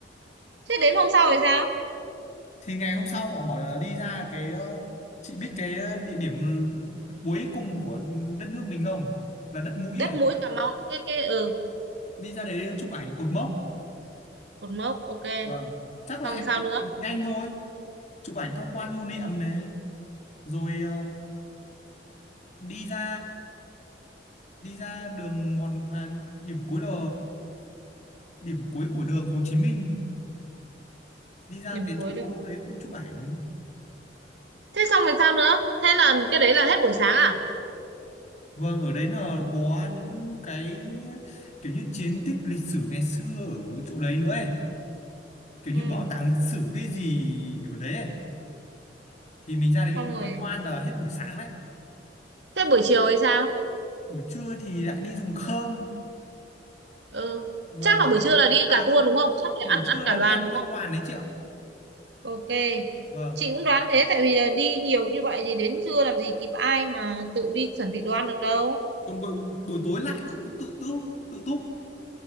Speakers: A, on the right (about 80°); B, on the left (about 40°).
A: thế đến hôm sau thì sao
B: thì ngày hôm sau họ bảo là đi ra cái ờ, chị biết cái địa điểm cuối cùng của đất nước mình không là đất mũi
A: đất
B: ấy
A: mũi Cà Mau ạ. cái cái ừ
B: đi ra đấy chụp ảnh cột mốc
A: cột mốc ok
B: vâng chắc là
A: xong
B: em
A: sao
B: nghĩ
A: nữa
B: từ nhanh thôi chụp ảnh tham quan lưu niệm này rồi ờ, đi ra đi ra đường mòn à, điểm cuối là điểm cuối của đường Hồ Chí Minh đi ra
A: điểm
B: cái
A: cuối
B: chỗ
A: đi
B: đấy cũng chụp ảnh
A: thế xong rồi sao nữa thế là cái đấy là hết buổi sáng à
B: vâng ở đấy là có những cái kiểu như chiến tích lịch sử ngày xưa ở chỗ đấy nữa ấy kiểu
A: ừ
B: như bảo tàng lịch sử hay gì ở đấy ấy. thì mình ra đấy mình
A: xong rồi
B: tham quan là hết buổi sáng đấy
A: thế buổi chiều thì sao
B: buổi trưa thì lại đi dùng cơm
A: ừ
B: vâng
A: chắc là buổi trưa là đi
B: À
A: cả
B: không,
A: tour đúng không chắc là
B: buổi
A: ăn ăn
B: trưa
A: cả
B: là
A: đoàn
B: đi ăn
A: đúng không
B: theo đoàn đấy chị ạ.
A: Ok.
B: Vâng.
A: Chị cũng đoán thế tại vì là đi nhiều như vậy thì đến trưa làm gì kịp ai mà tự đi chuẩn bị đồ ăn được đâu.
B: Còn buổi buổi tối lại tự tự tự tự túc.